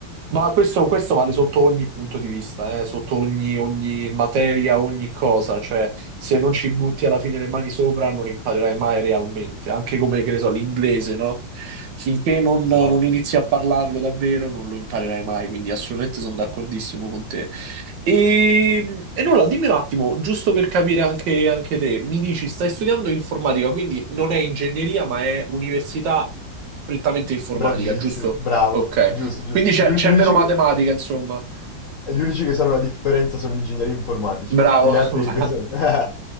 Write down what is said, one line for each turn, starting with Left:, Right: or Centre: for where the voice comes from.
Right: Ma questo, questo vale sotto ogni punto di vista, eh, Sotto ogni, ogni materia, ogni cosa, cioè se non ci butti alla fine le mani sopra non imparerai mai realmente, anche come, che ne so, l'inglese, no? Finché non,
Left: Esatto.
Right: non inizi a parlarlo davvero non lo imparerai mai, quindi assolutamente sono d'accordissimo con te. E, e nulla, dimmi un attimo, giusto per capire anche, anche te, mi dici, stai studiando informatica, quindi non è ingegneria, ma è università prettamente informatica,
Left: Bravissimo,
Right: giusto?
Left: bravo,
Right: Ok.
Left: giusto, giusto.
Right: Quindi c'è
Left: Gli, un-
Right: c'è
Left: gli unici
Right: meno matematica,
Left: che...
Right: insomma.
Left: Gli unici che sanno la differenza sono gli ingegneri informatici,
Right: Bravo,
Left: tutti gli altri
Right: <laughs>
Left: pensano... <laughs>